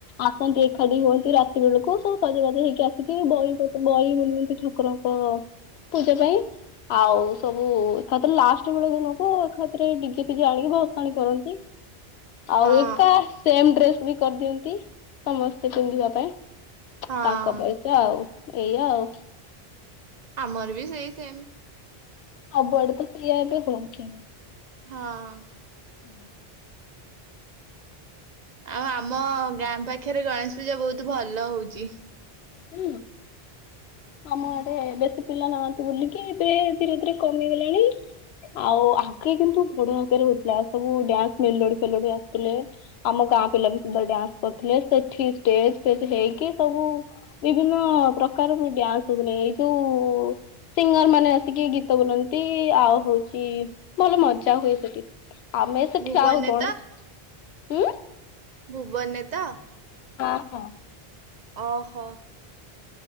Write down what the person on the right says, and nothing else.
ହଁ
ହଁ
ଆମର ବି ସେଇ ସେମ
ହଁ।
ଆଉ ଆମ ଗାଁ ପାଖରେ ଗଣେଶ ପୂଜା ବହୁତ ଭଲ ହଉଚି।
ଭୁବନରେ
ଭୂବନେ ତ?
ଅ ହ